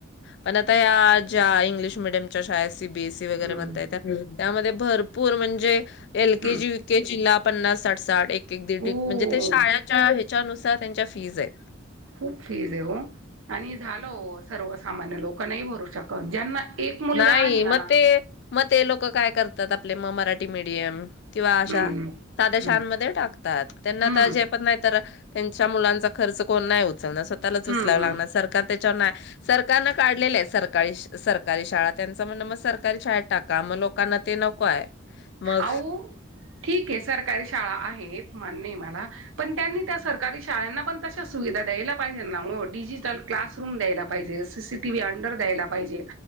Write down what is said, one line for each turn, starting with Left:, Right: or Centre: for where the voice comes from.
Left: पण आता या ज्या इंग्लिश मिडयमच्या शाळेस जे बीएससी वगैरे
Right: हम्म
Left: म्हणता य, त्या त्यामध्ये भरपूर म्हणजे एल के
Right: हम्म
Left: जी चिल्ला पन्नास साठ साठ एक ते एक दीड
Right: हो
Left: एक म्हणजे ते शाळाच्या हेच्या च्या नुसार त्यांच्या फीज आहेत.
Right: खूप फीज हे हो आणि झाल हो सर्वसामान्य लोकं नाही भरू शकत ज्यांना एक मुलगा
Left: नाही
Right: आहे ना
Left: म ते म ते लोक काय करतात आप लई म मराठी मीडियम किंवा अशा
Right: हम्म
Left: साध्या
Right: हम्म
Left: शाळांमध्ये टाकतात त्यांना
Right: हम्म
Left: तर झेपत नाही तर त्यांच्या मुलांच खर्च कोण नाही होत. समदं स्वतःलाच
Right: हम्म
Left: उचलाव
Right: हम्म
Left: लागणार सरकार तरी <unintelligible> सरकारन काढलेल्या हेत, सरकाळीश सर कारी शाळा त्यांचं म्हणन मग सरकारी शाळेत टाका, मग लोकांना ते नको आहे. मग
Right: आउ ठीक हे सरकारी शाळा आहे हेत मान्य हे मला, पण त्यांनी त्या सरकारी शाळेना पण तशी सुविधा द्यायला पाहिजे ना ओ डिजिटल क्लासरूम द्यायला पाहिजे, सीसीटीव्ही अंडर द्यायला पाहिजे,